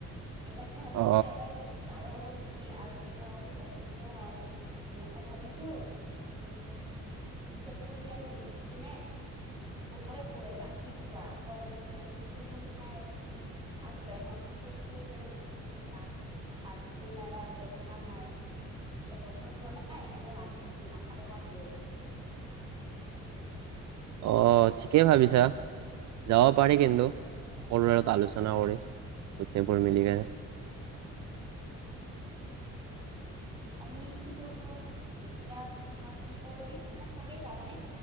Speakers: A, on the right; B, on the right.
A: সেইকাৰণে ভাবিছো
B: অ
A: এবাৰ যায় আহোঁ নিকি আৰু পৰহি অপেনিঙো হয় মই ভাবিছো উম গোটেইবোৰ ফ্ৰেণ্ড মিলি কিনে গৈ আহো এবাৰ কি কোৱা কলেজ জখনো চাই আহিম আৰু মেম হতকো মানে বহুত দিন মাত মাত বুল নাই বা দেখা নাই লগ চগ পোৱা নাই এনে মাত দি মাত এষাৰ দি আহিম
B: অহ ঠিকেই ভাবিছা যাব পাৰি কিন্তু সকলোৱে লগত আলোচনা কৰি গোটেইবোৰ মিলিকেনে
A: আমি কিন্তু যেতিয়া স্কুলখন পৰখি সচাকে যাবানে